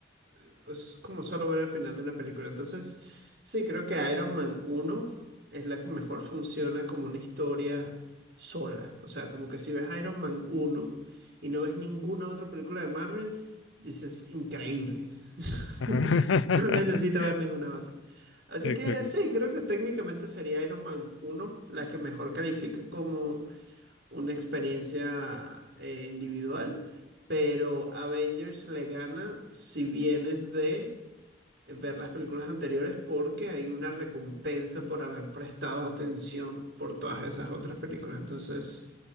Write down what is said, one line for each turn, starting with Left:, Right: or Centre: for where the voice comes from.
Right: eh, Es como solo ver el final de una película. Entonces, sí, creo que Iron Man uno es la que mejor funciona como una historia sola. O sea, como que si ves Iron Man uno y no ves ninguna otra película de Marvel, dices, increíble. <laughs>
Left: Ajá.
Right: No necesito
Left: <laughs>
Right: ver ninguna otra. Así
Left: Exacto.
Right: que sí, creo que técnicamente sería Iron Man uno la que mejor califica como una experiencia eh, individual, pero Avengers le gana si vienes de ver las películas anteriores porque hay una recompensa por haber prestado atención por todas esas otras películas. Entonces,